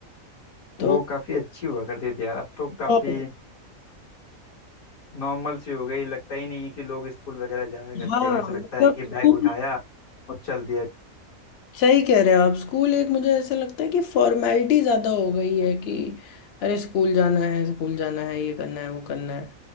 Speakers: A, on the left; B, on the left.
A: तो
B: वो काफ़ी अच्छी हुआ करती थी यार अब तो काफ़ी
A: अब-
B: नॉर्मल सी हो गई लगता ही नहीं है कि लोग स्कूल वगैरह जाया करते
A: हाँ
B: हैं ऐसा
A: मतलब
B: लगता है कि
A: स्कूल
B: बैग उठाया और चल दिया
A: सही कह रहे हो आप स्कूल एक मुझे ऐसा लगता है कि फॉर्मेलिटी ज्यादा हो गई है कि अरे स्कूल जाना है स्कूल जाना है ये करना है वो करना है